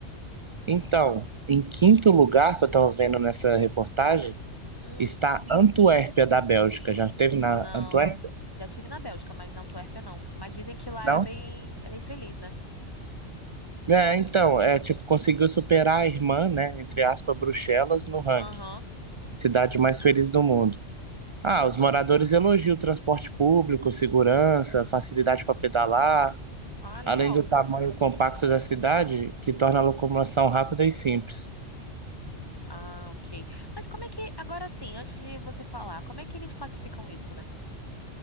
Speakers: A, on the right; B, on the left.
A: Então, em quinto lugar, que eu tava vendo nessa reportagem,
B: Hum,
A: está Antuérpia, da Bélgica. Já esteve
B: não.
A: na Antuérpia?
B: Já tive na Bélgica, mas na Antuérpia não. Mas dizem que lá
A: Não?
B: é bem, é bem feliz, né?
A: É, então, é tipo, conseguiu superar a irmã, né, entre aspas, Bruxelas, no ranking.
B: Aham.
A: Cidade mais feliz do mundo. Ah, os moradores elogiam o transporte público, segurança, facilidade para pedalar,
B: Ah, legal.
A: além do tamanho compacto da cidade, que torna a locomoção rápida e simples.
B: Ah, ok. Mas como é que, agora sim, antes de você falar, como é que eles classificam isso, né?